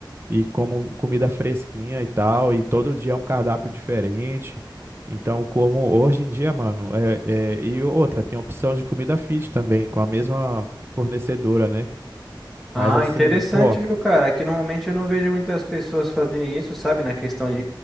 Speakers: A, on the right; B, in the centre.
A: e como comida fresquinha e tal, e todo dia é um cardápio diferente. Então, como hoje em dia, mano, é, é- e outra, tem opção de comida fit também, com a mesma fornecedora, né? Mas
B: Ah,
A: assim,
B: interessante,
A: pô,
B: viu, cara? Aqui normalmente eu não vejo muitas pessoas fazerem isso, sabe? Na questão de,